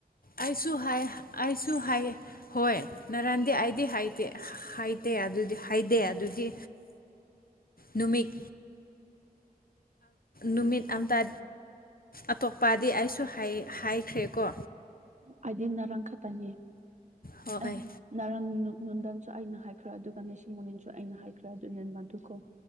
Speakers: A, on the left (about 65°); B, on the right (about 50°).
A: ꯑꯩꯁꯨ ꯍꯥꯏ ꯑꯩꯁꯨ ꯍꯥꯏ ꯍꯣꯏ ꯅꯔꯥꯟꯗꯤ ꯑꯩꯗꯤ ꯍꯥꯏꯗꯦ ꯍꯥꯏꯥꯏ ꯐꯠꯇꯦ ꯑꯗꯨꯗꯤ ꯍꯥꯏꯗꯦ ꯑꯗꯨꯗꯤ ꯅꯨꯃꯤꯠ ꯅꯨꯃꯤꯠ ꯑꯗꯥ ꯑꯇꯣꯞꯄꯗꯤ ꯑꯩꯁꯨ ꯍꯥꯏꯈ꯭ꯔꯦꯀꯣ
B: ꯍꯥꯏꯗꯤ ꯅꯔꯥꯡ ꯈꯛꯇꯅꯤ
A: ꯍꯣꯏ
B: ꯑ ꯅꯔ ꯅꯨꯡꯗꯟꯁꯨ ꯑꯩꯅ ꯍꯥꯏꯈ꯭ꯔꯦ ꯑꯗꯨꯒ ꯂꯤꯁꯤꯡ ꯃꯅꯤꯟꯁꯨ ꯑꯩꯅ ꯍꯥꯏꯈ꯭ꯔꯦ ꯑꯗꯨꯅꯤ ꯃꯗꯨꯀꯣ